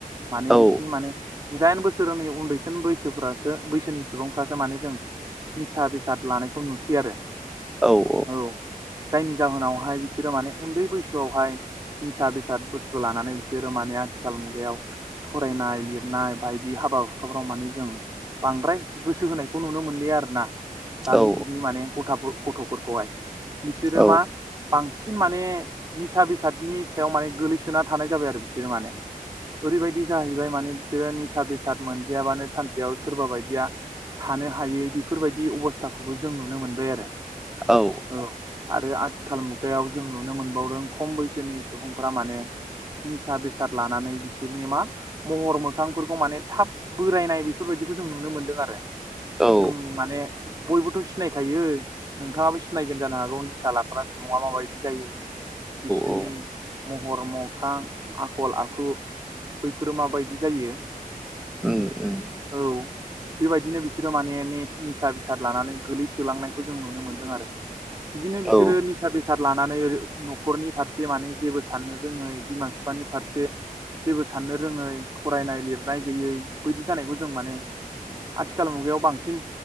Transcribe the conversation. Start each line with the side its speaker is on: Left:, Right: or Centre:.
Right: माने बिसिनि
Centre: औ
Right: माने जिदाइन बोसोरनि उन्दैसिन बैसोफ्रासो बैसोनि सुबुंफ्रासो माने जों निसा बेसाद लानायखौ नुसै आरो।
Centre: औ औ।
Right: औ जायनि जाहोनावहाय बिसोरो माने उन्दै बैसोआवहाय निसा बेसाद बुस्थु लानानै बिसोरो माने आथिखाल मुगायाव फरायनाय लिरनाय बायदि हाबा हुखाफ्राव माने जों बांद्राय गोसो होनायखौ नुनो मोनलिया आरो ना दानि
Centre: औ
Right: जुगनि माने गथ गथ'फोरखौहाय बिसोरो
Centre: औ
Right: मा बांसिन माने माने निसा बेसादनि सायाव माने गोलैसोना थानाय जाबाय आरो बिसोरो माने ओरैबायदि जाहैबाय माने बिसोरो निसा बेसाद मोनजायाबानो सानसेयाव सोरबा बायदिया थानो हायै बेफोरबायदि अबस्थाखौबो जों नुनो मोनबाय आरो
Centre: औ
Right: औ आरो आथिखाल मुगायाव जों नुनो मोनबावदों खम बैसोनि सुबुंफोरा माने निसा बेसाद लानानै बिसोरनि मा महर मोखांफोरखौ माने थाब बोरायनाय बेफोरबायदिखौ जों नुनो मोन्दों आरो
Centre: औ
Right: जों माने बयबोथ' सिनायखायो नोंथाङाबो सिनायगोन जानो हागौ निसा लाग्रा सुबुङा माबायदि जायो। बिसिनि
Centre: औ
Right: महर मोखां आखल आखु बैफोरो माबायदि जायो।
Centre: औ
Right: औ बेबायदिनो बिसोरो माने निसा बेसाद लानानै गोलैसोलांनायखौ जों नुनो मोन्दों आरो बिदिनो बिसोरो
Centre: औ
Right: निसा बेसाद लानानै न'खरनि फारसे माने जेबो साननो रोङै बिमा बिफानि फारसे जेबो साननो रोङै फरायनाय लिरनाय गैयै बायदि जानायखौ जों माने आथिखाल मुगायाव बांसिन